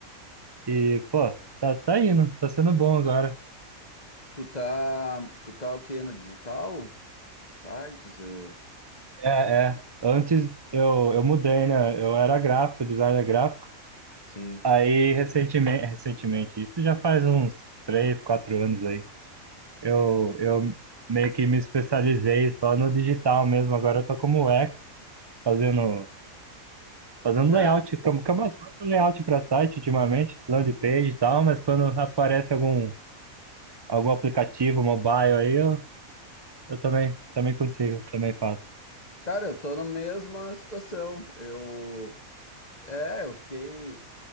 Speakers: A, on the right (about 20°); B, on the left (about 30°).
A: E, pô, tá, tá indo, tá sendo bom agora.
B: Tu tá, tu tá o quê? No digital? Sites? ah,
A: É, é. Antes eu, eu mudei, né? Eu era gráfico, designer gráfico.
B: Sim.
A: Aí recentemente, recentemente, isso já faz uns três, quatro anos aí. Eu, eu meio que me especializei só no digital mesmo. Agora eu tô como UX, fazendo Fazendo
B: Cara,
A: layout, fica fica mais fácil o layout para site ultimamente, landing page e tal, mas quando aparece algum, algum aplicativo mobile aí, eu, eu também, também consigo, também faço.
B: cara, eu tô na mesma situação. Eu, é, eu fiquei